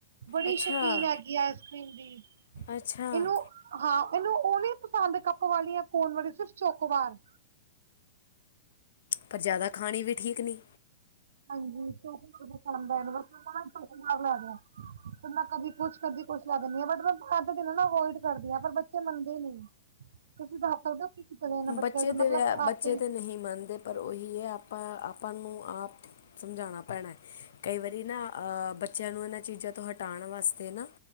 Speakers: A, on the right; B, on the left.
A: ਬੜੀ
B: ਅੱਛਾ
A: ਸ਼ੌਕੀਨ ਹੈਗੀ ਹੈ, ਆਈਸ ਕਰ੍ਰੀਮ ਦੀ,
B: ਅੱਛਾ
A: ਇਹਨੂੰ ਹਾਂ, ਉਹ ਨੀ ਪਸੰਦ ਕੱਪ ਵਾਲੀ ਹੈ, ਕੋਨ ਵਾਲੀ ਸਿਰਫ਼ ਚੋਕੋਵਾਰ।
B: ਪਰ, ਜ਼ਿਆਦਾ ਖਾਣੀ ਵੀ, ਠੀਕ ਨਹੀਂ।
A: ਹਾਂਜੀ, ਸ- ਦਾ ਬਸ, ਉਹ ਸ਼ੋਕ ਚੁੱਕਬਾਰ ਲੈਦਾ। ਤੇੈਂ, ਕਦੀ ਕੁਛ, ਕਦੀ ਕੁਛ। ਮੈਂ ਦੁਆ ਦਿੰਦੀ ਆਂ। ਬਟ ਮੈਂ ਬਾਰ ਦੀ ਚੀਜ਼ ਅਵੋਇਡ ਕਰਦੀ ਆਂ, ਬੱਚੇ ਮੰਨਦੇ ਨਹੀਂ। ਕੀ ਕੀਤਾ ਜਾਏ ਇਹਨਾਂ ਬੱਚਿਆਂ
B: ਬੱਚੇ
A: ਚ
B: ਤਾਂ,
A: ਮਤਲਬ
B: ਵਿ ਬੱਚੇ
A: ਆਪੇ
B: ਤਾਂ ਨਹੀਂ ਮੰਨਦੇ, ਪਰ ਉਹੀ ਹੈ। ਆਪਾਂ, ਆਪਾਂ ਨੂੰ ਆਪ। ਸਮਝਾਉਣਾ ਪੈਣਾ ਹੈ। ਕਈ ਵਾਰੀ ਨਾ ਅਹ ਬੱਚਿਆਂ ਨੂੰ, ਇਹਨਾਂ ਚੀਜ਼ਾਂ ਤੋਂ, ਹਟਾਉਣ ਵਾਸਤੇ ਨਾ।